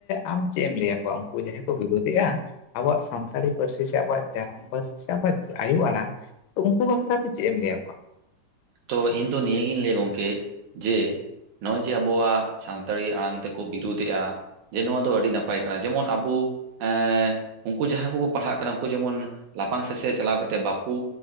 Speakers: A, on the left; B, on the right.
A: ᱟᱢ ᱪᱮᱫ ᱮᱢ ᱞᱟᱹᱭᱟᱠᱚᱣᱟ? ᱠᱩ ᱡᱟᱦᱟᱸᱭ ᱠᱚ ᱵᱤᱨᱳᱫᱮᱜᱼᱟ ᱟᱵᱚᱣᱟᱜ ᱥᱟᱱᱛᱟᱲᱤ ᱯᱟᱹᱨᱥᱤ ᱥᱮ ᱟᱵᱚᱣᱟᱜ ᱡᱟᱱᱟᱢ ᱯᱟᱹᱨᱥᱤ ᱥᱮ ᱟᱵᱚᱣᱟᱜ ᱟᱭᱳ ᱟᱲᱟᱝ ᱩᱱᱠᱩ ᱵᱟᱠᱷᱨᱟᱛᱮ ᱪᱮᱫ ᱮᱢ ᱞᱟᱹᱭᱟᱠᱚᱣᱟ?
B: ᱛᱚ ᱤᱧᱫᱚ ᱱᱤᱭᱟᱹᱜᱤᱧ ᱞᱟᱹᱭᱟ ᱜᱚᱝᱠᱮ ᱡᱮ ᱱᱚᱜᱚᱭ ᱡᱮ ᱟᱵᱚᱣᱟᱜ ᱥᱟᱱᱛᱟᱲᱤ ᱟᱲᱟᱝ ᱛᱮᱠᱚ ᱵᱤᱨᱩᱫᱮᱜᱼᱟ ᱡᱮ ᱱᱚᱣᱟ ᱫᱚ ᱟᱹᱰᱤ ᱱᱟᱯᱟᱭ ᱠᱟᱱᱟ ᱡᱮᱢᱚᱱ ᱟᱵᱩ ᱮᱸ ᱩᱱᱠᱩ ᱡᱟᱦᱟᱸᱭ ᱠᱚᱠᱚ ᱯᱟᱲᱦᱟᱜ ᱠᱟᱱᱟ ᱩᱱᱠᱩ ᱡᱮᱢᱚᱱ ᱞᱟᱯᱷᱟᱝ ᱥᱮᱪᱮᱫ ᱪᱟᱞᱟᱣ ᱠᱮᱛᱮᱜ ᱵᱟᱠᱩ